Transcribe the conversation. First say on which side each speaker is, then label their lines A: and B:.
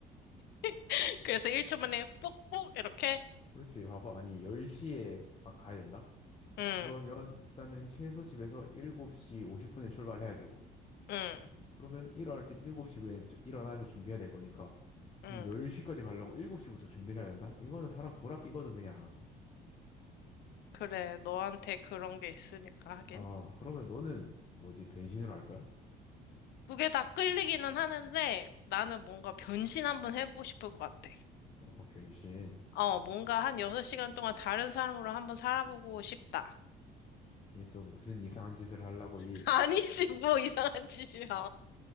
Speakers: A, on the left; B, on the left.
A: <laughs> 그래서 1초 만에 뽁뽁 이렇게?
B: 그렇지 봐봐 아니 10시에 막 가야 된다?
A: 응
B: 그러면 일단은 최소 집에서 7시 50분에 출발해야 되고
A: 응
B: 그러면 일어날 때 일곱 시 에 일어나서 준비해야 될 거니까 무슨
A: 응
B: 10시까지 가려고 7시부터 준비를 해야 된다? 이거는 사람 돌아 삐거든 그냥.
A: 그래, 너한테 그런 게 있으니까 하긴.
B: 아, 그러면 너는 뭐지? 변신으로 할 거야?
A: 그게 다 끌리기는 하는데 나는 뭔가 변신 한번 해보고 싶을 것 같아.
B: 어, 변신.
A: 어, 뭔가 한 6시간 동안 다른 사람으로 한번 살아보고 싶다.
B: 이게 또 무슨 이상한 짓을 하려고
A: <laughs>
B: 이,
A: 아니지, 뭐 이상한 짓이야.